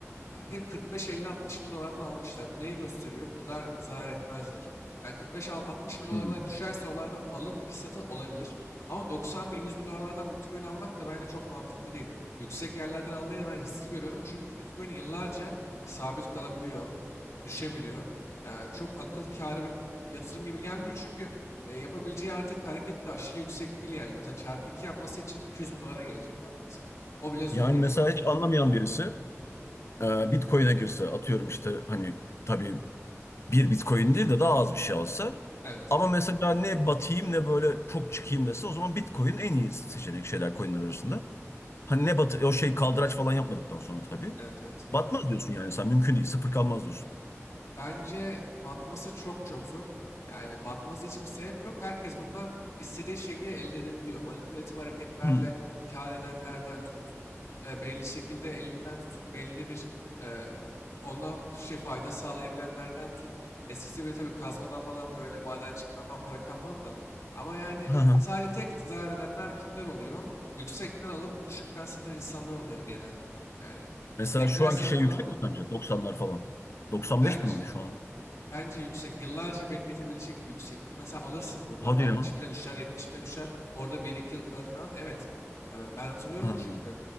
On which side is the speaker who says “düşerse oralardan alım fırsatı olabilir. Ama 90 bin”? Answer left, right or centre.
Left